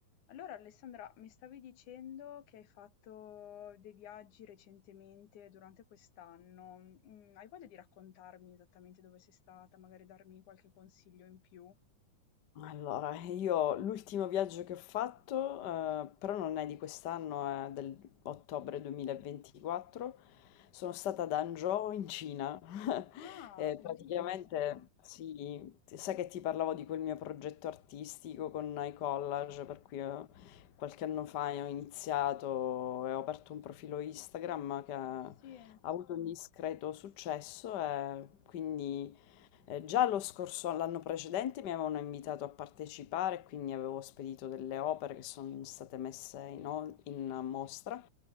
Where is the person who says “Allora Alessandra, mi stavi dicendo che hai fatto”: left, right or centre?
Left